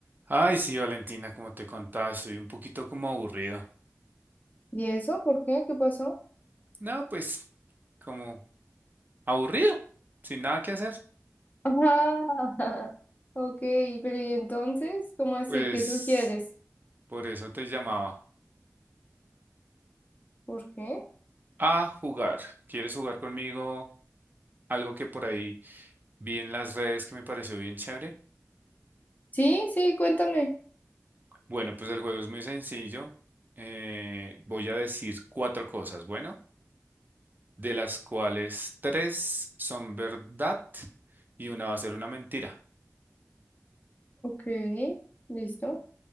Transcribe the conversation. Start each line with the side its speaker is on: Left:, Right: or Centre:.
Right: Ay, sí, Valentina, como te contaba, estoy un poquito como aburrido.
Left: ¿Y eso? ¿Por qué? ¿Qué pasó?
Right: No, pues, como aburrido, sin nada que hacer.
Left: Ah, <laughs> ok, pero ¿y entonces? ¿Cómo así?
Right: Pues,
Left: ¿Qué sugieres?
Right: por eso te llamaba
Left: ¿Por qué?
Right: a jugar. ¿Quieres jugar conmigo? Algo que por ahí vi en las redes que me pareció bien chévere.
Left: Sí, sí, cuéntame.
Right: Bueno, pues el juego es muy sencillo. Eh, voy a decir cuatro cosas, bueno, de las cuales tres son verdad y una va a ser una mentira.
Left: Ok, listo.